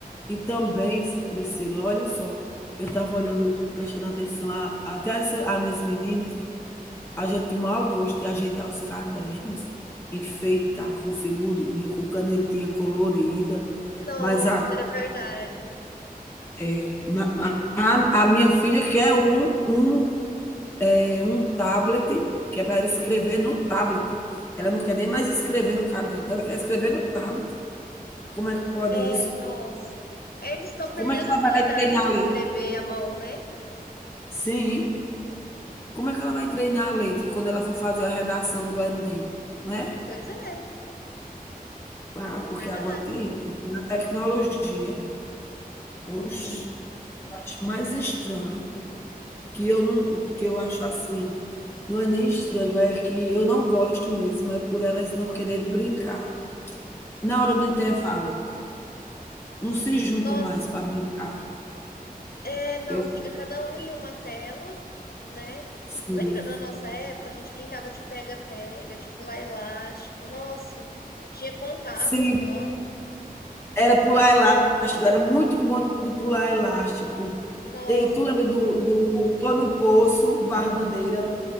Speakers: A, on the left; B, on the left.
A: E também, Priscila, olha só, eu estava olhando, prestando atenção, a até essa as minhas meninas, a gente tem o maior gosto de ajeitar os cadernos, enfeitar com figurinha, com canetinha colorida,
B: Nossa,
A: mas a
B: era verdade.
A: é, a a minha filha quer um um é um tablet, que é para ela escrever no tablet. Ela não quer nem mais escrever no caderno, ela quer escrever no tablet. Como é que pode
B: É,
A: isso?
B: nossa. É, eles estão perdendo
A: Como é que ela
B: a habilidade
A: vai treinar
B: de
A: a
B: escrever
A: letra?
B: à mão, né?
A: Sim. Como é que ela vai treinar a letra quando ela for fazer a redação do Enem? Né?
B: Pois é,
A: Ah,
B: é
A: porque
B: verdade.
A: agora tem isso, tem a tecnologia. Oxe,
B: Uhum,
A: eu acho mais estranho que eu não,
B: pois
A: que
B: é.
A: eu acho assim, não é nem estranho, é que eu não gosto mesmo, é por elas não querer brincar. Na
B: Hum,
A: hora do intervalo, Não se junta
B: Nossa,
A: mais para brincar.
B: é, não,
A: Eu
B: fica cada um em uma tela né?
A: sim.
B: Lembra na nossa época, a gente brincava de pega-pega, de pular elástico. Nossa, tinha contato
A: Sim,
B: humano.
A: era pular elástico, era muito bom de pular elástico.
B: Nossa,
A: E tu lembra do, do Tô no Poço, Barra Bandeira?